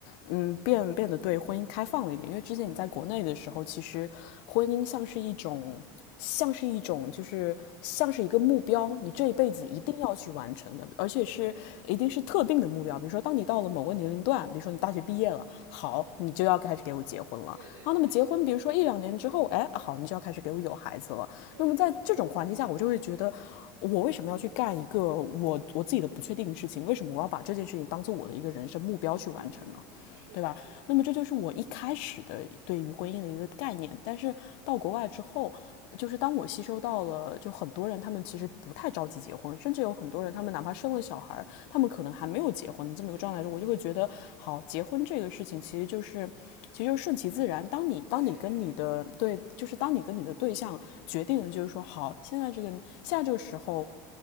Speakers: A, on the left; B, on the right.
A: 嗯，变变得对婚姻开放了一点，因为之前你在国内的时候，
B: 嗯
A: 其实婚姻像是一种，像是一种，就是像是一个目标，你这一辈子一定要去完成的，
B: 嗯，
A: 而且是一定是特定的目标。
B: 是的，是的，
A: 比如说，当你到了某个年龄段，比如说你大学毕业了，好，
B: 嗯，
A: 你就要开始给我结婚了。
B: 对对对，
A: 好，那么结婚，
B: 是的，
A: 比如说一两年之后，
B: 是的，
A: 哎，好，你就要开始给我有孩子了。
B: 是的，
A: 那么在这种环境下，
B: 是的，是的，
A: 我就会觉得，我为什么要去干一个我我自己的不确定的事情？为什么我要把这件事情当做我的一个人生目标去完成呢？
B: 嗯，是的，
A: 对吧？
B: 是的，
A: 那么这就是我一开始的对于婚姻的一个概念。但是到国外之后，就是当我吸收到了，就很多人他们其实不太着急结婚，甚至有很多人他们哪怕生了小孩他们可能还没有结婚这么一个状态中，
B: 嗯嗯，
A: 我就会觉得，好，结婚这个事情其实就是。其实就是顺其自然。当你当你跟你的对，
B: 对对对，
A: 就是当你跟你的对象决定，就是说好，现在这个现在这个时候，